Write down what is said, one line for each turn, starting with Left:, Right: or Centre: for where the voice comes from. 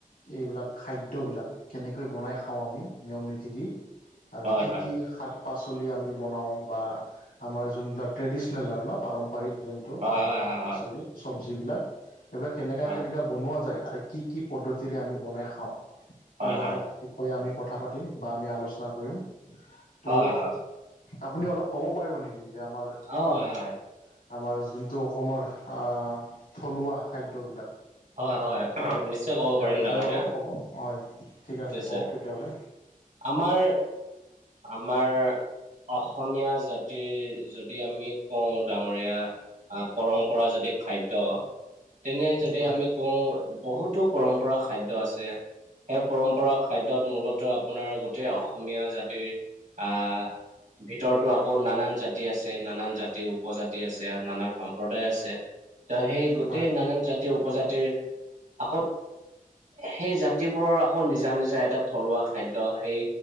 Left: এইবিলাক খাদ্যবিলাক কেনেকৈ বনাই খাওঁ আমি নিয়ম নীতি দি আৰু
Right: হয়
Left: কি
Right: হয়,
Left: কি শাক পাচলি আমি বনাও বা আমাৰ যোনবিলাক ট্ৰেডিচনেল থাকে ন পাৰম্পৰিক যোন টো
Right: হয়
Left: আমি
Right: হয়
Left: শাক
Right: হয়
Left: পাচলি
Right: হয়,
Left: চব্জি বিলাক এইবিলাক কেনেকুৱা
Right: হয়
Left: কেনেকুৱা বনোৱা যায় আৰু কি কি পদ্ধতিৰে আমি বনাই খাওঁ, সেইবিলাকৰ
Right: হয় হয়।
Left: বিষয়ে আমি কথা পাতিম বা আমি আলোচ চনা কৰিম, ত
Right: হয় হয়,
Left: আপুনি অলপ ক'ব পাৰিব নেকি? এই যে আমাৰ
Right: হয়
Left: মানে
Right: হয়,
Left: আমাৰ যোনটো অসমৰ আহ থলুৱা খাদ্যবিলাক
Right: হয়
Left: ত'
Right: হয়, নিশ্চয় ক'ব
Left: ইয়াৰ
Right: পাৰিম
Left: বিষয়ে
Right: ডাঙৰীয়া
Left: অলপ ক'ব, হয় ঠিক আছে
Right: নিশ্চয়।
Left: কওক তেতিয়াহলে।
Right: আমাৰ আমাৰ অসমীয়া জাতিৰ যদি আমি কওঁ ডাঙৰীয়া আহ পৰম্পৰা যদি খাদ্য তেনে যদি
Left: হয়
Right: আমি কওঁ, বহুতো পৰম্পৰা খাদ্য আছে, সেই পৰম্পৰা খাদ্যত মূলত আপোনাৰ গোটেই অসমীয়া জাতিৰ আহ ভিতৰতো আকৌ নানান জাতি জাতি আছে নানান জাতি উপজাতি আছে নানান সম সম্প্ৰদায় আছে, ত সেই গোটেই
Left: হয়
Right: নানান জাতি উপজাতিৰ আকত সেই জাতিবোৰৰ আকৌ নিজা নিজা এটা থলুৱা খাদ্য সেই